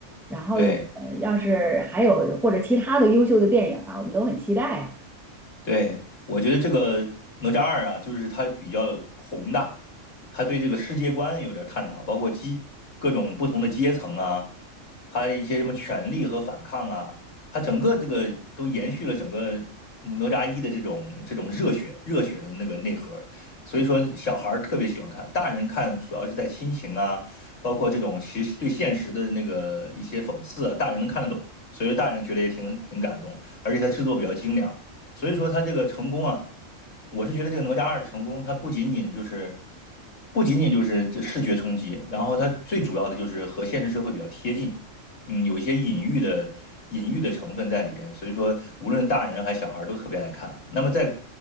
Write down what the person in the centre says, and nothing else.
然后呃，
要是还有或者其他的优秀的电影啊，我们都很期待啊。